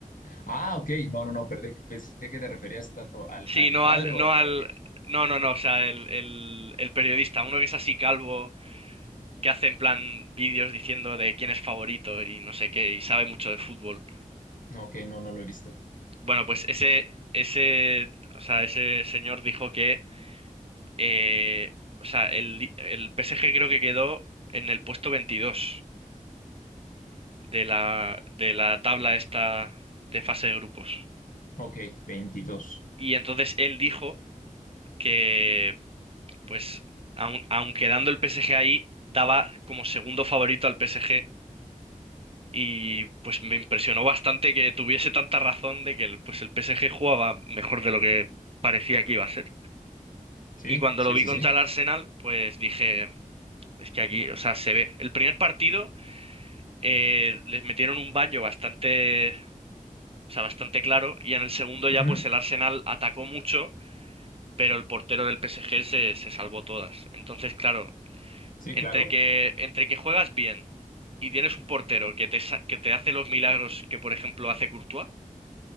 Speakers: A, on the left; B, on the right.
A: Ah, ok, no, no, no, perdí. Pensé que te referías tanto al,
B: Sí,
A: al
B: no
A: padre
B: al,
A: o
B: no
A: al,
B: al,
A: al hijo.
B: no, no, no, o sea, el, el, el periodista, uno que es así calvo, que hace en plan vídeos diciendo de quién es favorito y no sé qué, y sabe mucho de fútbol.
A: Ok, no, no lo he visto.
B: Bueno, pues ese, ese, o sea, ese señor dijo que Eh, o sea, el, Li- el PSG creo que quedó en el puesto 22 de la, de la tabla esta de fase de grupos.
A: Ok, veintidós
B: Y entonces él dijo que, pues, aun, aun quedando el PSG ahí, daba como segundo favorito al PSG. Y pues me impresionó bastante que tuviese tanta razón de que el, pues, el PSG jugaba mejor de lo que parecía que iba a ser.
A: Sí,
B: Y cuando
A: sí,
B: lo vi
A: sí,
B: contra
A: sí.
B: el Arsenal, pues dije, es que aquí, o sea, se ve. El primer partido. eh, les metieron un baño bastante, o sea, bastante claro y en el segundo ya
A: Ujú,
B: pues el Arsenal atacó mucho, pero el portero del PSG se, se salvó todas. Entonces, claro,
A: Sí,
B: entre
A: claro.
B: que, entre que juegas bien y tienes un portero que te, sa- que te hace los milagros que, por ejemplo, hace Courtois,